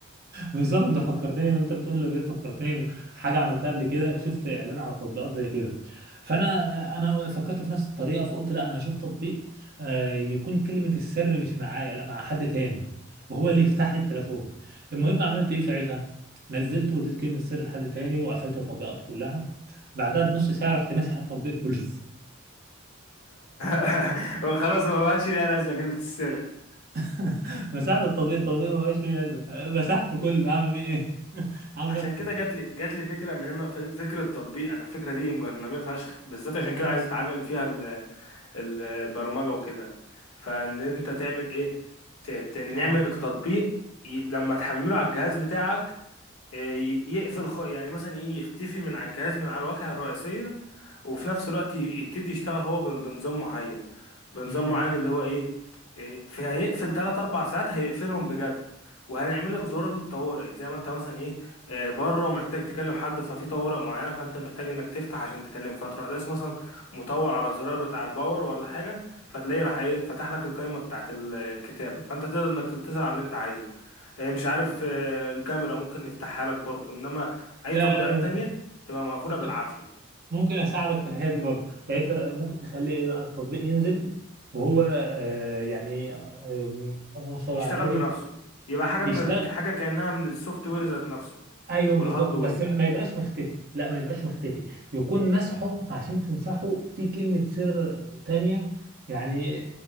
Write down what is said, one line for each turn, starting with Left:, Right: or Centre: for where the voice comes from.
Right: بالظبط انت فكرتني انت بتقول لي ليه فكرتني حاجه عملتها قبل كده شفت اعلان على تطبيقات زي كده فانا انا فكرت في نفس الطريقه فقلت لا انا هشوف تطبيق آه، يكون كلمه السر مش معايا لا مع حد تاني وهو اللي يفتح لي التليفون المهم عملت ايه ساعتها نزلته واديت كلمه السر لحد تاني وقفلت التطبيقات كلها بعدها بنص ساعه رحت ماسح التطبيق كله
Left: <laughs> خلاص ما بقاش ليها لازمه كلمه السر
Right: <laughs> مسحت التطبيق التطبيق ما بقاش ليه لازمه مسحته كله اعمل بيه ايه <laughs> عاوز
Left: عشان
Right: ادخل
Left: كده جات لي جات لي فكره من هنا ف- فكره تطبيق انا الفكره دي مجننه فشخ بالذات عشان كده
Right: امم
Left: عايز اتعلم فيها ال- ال- البرمجه وكده فان انت تعمل ايه ت- ت- نعمل
Right: اه
Left: تطبيق ي- لما تحمله على الجهاز بتاعك آه، ي- يقفل خ... يعني مثلا ايه يختفي من على الجهاز من على الواجهة الرئيسية وفي نفس الوقت ي- يبتدي يشتغل هو بن- بنظام معين بنظام
Right: امم
Left: معين اللي هو ايه إيه، في هيقفل 3 4 ساعات هيقفلهم بجد وهنعمل لك زرار للطوارئ زي ما انت مثلا ايه آه، بره ومحتاج تكلم حد ففي طوارئ معينه فانت محتاج انك تفتح عشان تكلمه فتروح داس مثلا مطول على زرار بتاع الباور ولا حاجه فتلاقيه راح ايه فتح لك القائمه بتاعت ال- الكتاب فانت تقدر انك تتصل على اللي انت عايزه هي مش عارف آه، الكاميرا ممكن يفتحها لك برضو انما اي
Right: لا
Left: تطبيقات تانية تبقى مقفولة
Right: انت
Left: بالعافية
Right: ممكن اساعدك في الحياه دي برضه يعني انت ممكن تخلي ايه بقى التطبيق ينزل وهو آه يعني آه اللهم صل
Left: يشتغل
Right: على النبي
Left: بنفسه يبقى حاجة
Right: يشتغل
Left: من ال... حاجة كأنها من السوفت وير ذات نفسه
Right: ايوه بالظبط
Left: والهاردوير
Right: بس ما يبقاش مختفي لا ما يبقاش مختفي يكون مسحه عشان تمسحه في كلمه سر تانية يعني